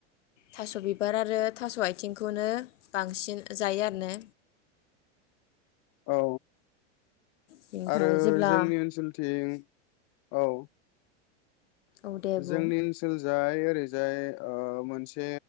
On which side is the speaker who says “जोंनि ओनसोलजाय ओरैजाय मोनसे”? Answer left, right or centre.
Left